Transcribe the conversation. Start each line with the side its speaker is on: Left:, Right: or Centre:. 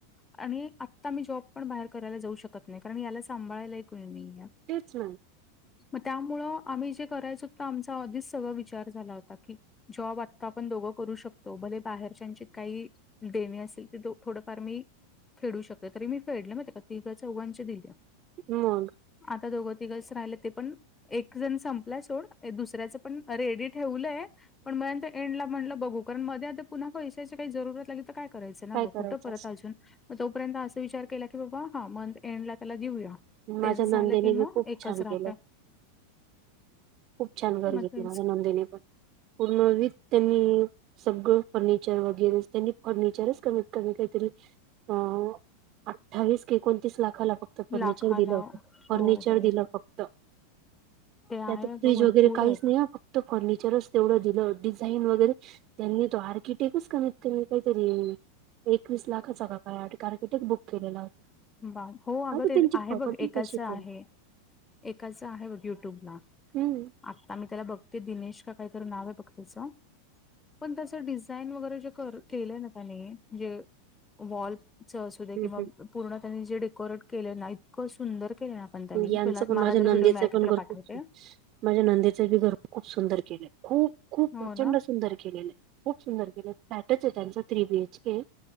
Left: आणि आता मी जॉब पण बाहेर करायला जाऊ शकत नाही, कारण याला सांभाळायला कोणी नाहीये.
Right: तेच ना.
Left: मग त्यामुळं आम्ही जे करायच होत, आमचा आधीच सगळा विचार झाला होता की जॉब आत्ता आपण दोघं करू शकतो. भले बाहेरच्याची काही देणी असेल तर, थोडंफार मी फेडू शकते. तरी मी फेडले माहितीय का तिघा, चौघांचे दिले.
Right: मग.
Left: आता दोघं, तिघचं राहिलेत, ते पण एक जण संपला सोड, दुसऱ्याच पण रेडी ठेवलंय. पण मंथ एंडला म्हणलं बघू, कारण मधे अधे पुन्हा पैशाची काही जरुरत लागली तर काय करायचं ना
Right: काय
Left: ग.
Right: करायचं
Left: कुठं परत अजून, मग तोपर्यंत असा विचार केला की, बाबा हा मंथ एंड ला त्याला देऊया.
Right: माझ्या
Left: तेच झालं
Right: नंदेने
Left: की, मग
Right: बी खूप
Left: एकच
Right: छान
Left: राहतय.
Right: केलं खूप छान घर
Left: मग
Right: घेतले
Left: तेच
Right: माझ्या नंदेने पण पूर्ण विथ त्यांनी सगळं फर्निचर वगैरे, त्यांनी फर्निचरच कमीत कमी काहीतरी अं अठ्ठावीस क एकोणतीस लाखाला फक्त फर्निचर
Left: लाखाला
Right: दिलं होत.
Left: हो
Right: फर्निचर
Left: हो
Right: दिलं
Left: हो
Right: फक्त
Left: ते
Right: त्यात
Left: आहे अगं
Right: फ्रीज
Left: भरपूर
Right: वगैरे काहीच
Left: आहेत
Right: नाही हा. फक्त फर्निचरच तेवढं दिलं. डिझाईन वगैरे त्यांनी तो आर्किटेक्टच कमीत कमी काहीतरी एकवीस लाखच का काय? आर्किटेक्ट बुक केलेला.
Left: बा हो, अग
Right: आता त्यांची
Left: आहे
Right: प्रॉपर्टी
Left: बघ एकाचं
Right: तशीच
Left: आहे. एकाच आहे बघ, युट्यूबला.
Right: हम्म
Left: आता मी त्याला बघते दिनेश का य तरी नाव आहे बघ त्याचं पण त्याचं डिझाइन वगैरे केलय ना त्याने म्हणजे वॉलच असुदे
Right: हम्
Left: किंवा
Right: हम
Left: पूर्ण त्यांनी जे डेकोरेट केलय ना, इतकं सुंदर केलय ना. पण त्याने.
Right: यांचं
Left: तुला
Right: पण
Left: मला
Right: माझ्या
Left: जर
Right: नंदेचं
Left: व्हिडिओ मिळाला की,
Right: पण
Left: तुला
Right: घर
Left: पाठवते
Right: खूप
Left: हा.
Right: माझ्या नंदेच बी घर खूप सुंदर केलंय. खूप खूप
Left: हो
Right: प्रचंड
Left: ना
Right: सुंदर केलेलं आहे. खूप सुंदर केलंय. फ्लॅटच आहे त्यांचा थ्री बी एच के.